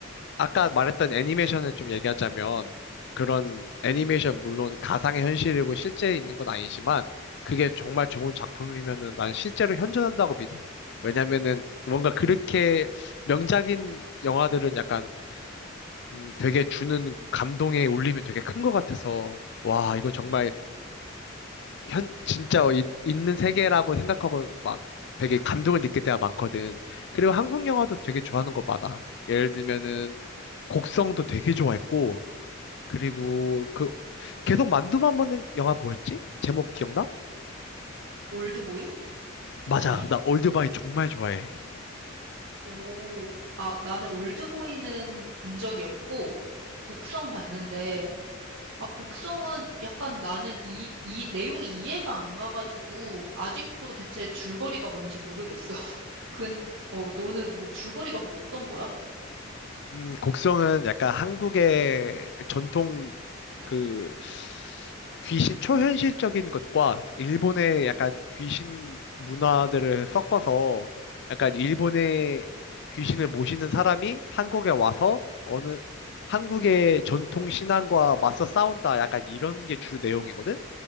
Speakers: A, on the left; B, on the right.
A: 아까 말했던 애니메이션을 좀 얘기하자면 그런 애니메이션 물론 가상의 현실이고 실제에 있는 건 아니지만 그게 정말 좋은 작품이면은 난 실제로 현존한다고 믿어. 왜냐면은 뭔가 그렇게 명작인 영화들은 약간 음, 되게 주는 감동의 울림이 되게 큰 것 같아서 와, 이건 정말 현 진짜 이- 있는 세계라고 생각하고 막 되게 감동을 느낄 때가 많거든. 그리고 한국 영화도 되게 좋아하는 거 많아. 예를 들면은 곡성도 되게 좋아했고 그리고 그 계속 만두만 먹는 영화 뭐였지? 제목 기억나?
B: 올드보이?
A: 맞아.
B: 아니야?
A: 나 올드바이 정말 좋아해.
B: 오, 아, 나는 올드보이는 본 적이 없고 곡성 봤는데 아, 곡성은 약간 나는 이, 이, 내용이 이해가 안 가가지고, 아직도 대체 줄거리가 뭔지 모르겠어. <laughs> 근, 그- 어, 너는 뭐 줄거리가 그거 어떤 거야?
A: 음, 곡성은 약간 한국의 전통 그 귀신 초현실적인 것과 일본의 약간 귀신 문화들을 섞어서 약간 일본의 귀신을 모시는 사람이 한국에 와서 어느 한국의 전통 신앙과 맞서 싸운다 약간 이런 게 주 내용이거든?